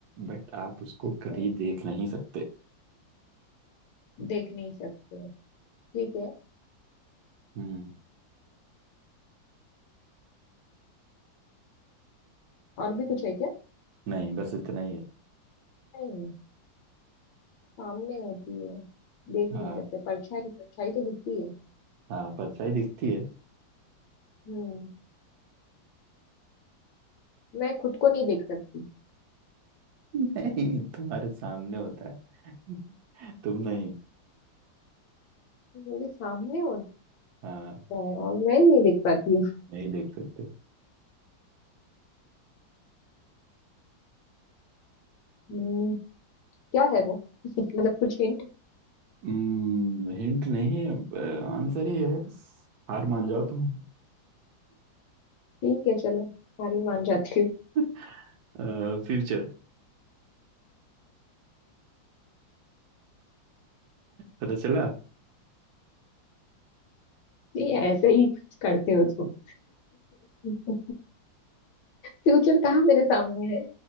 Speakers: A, on the right; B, on the left.
A: बट आप उसको
B: ठीक
A: कभी
B: है
A: देख नहीं सकते
B: देख नहीं सकते ठीक है
A: हम्म
B: और भी कुछ है क्या
A: नहीं बस इतना ही है
B: नहीं सामने होती है देख
A: हाँ
B: नहीं सकते परछाई परछाई तो दिखती है
A: हाँ परछाई दिखती है
B: हम्म मैं खुद को नहीं देख सकती
A: <laughs> नहीं तुम्हारे सामने होता है तुम नहीं
B: मेरे सामने होता
A: हाँ
B: है और मैं नहीं देख पाती हूँ
A: नहीं देख सकते
B: हम्म, क्या है वो <laughs> मतलब कुछ हिंट
A: हम्म, हिंट नहीं अब आंसर ही है बस हार मान जाओ तुम
B: ठीक है चलो सारी मान जाती हूँ
A: <laughs> फ्यूचर पता चला
B: ये ऐसे ही कुछ करते हो तुम <laughs> फ्यूचर कहाँ मेरे सामने है